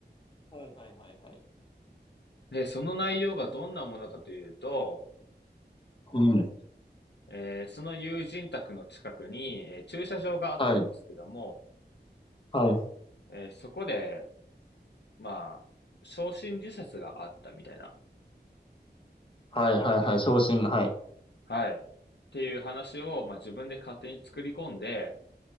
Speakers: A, on the left (about 30°); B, on the left (about 75°).
A: はいはいはいはい。
B: で、その内容がどんなものかというと、
A: うん。
B: えーその友人宅の近くに、えー駐車場があったんですけども、
A: はい。はい。
B: えーそこで、まあ、焼身自殺があったみたいな
A: はいはいはい。昇進。はい。
B: はい。っていう話を、まあ、自分で勝手に作り込んで、